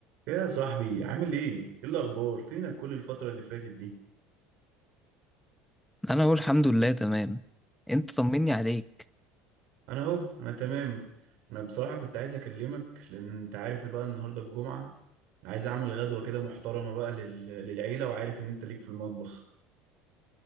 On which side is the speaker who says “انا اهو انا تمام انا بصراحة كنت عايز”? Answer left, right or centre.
Right